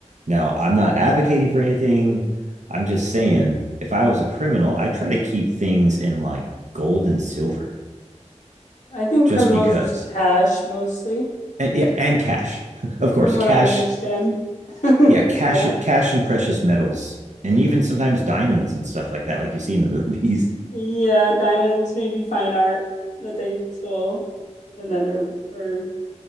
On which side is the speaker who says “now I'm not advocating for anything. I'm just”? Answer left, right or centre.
Right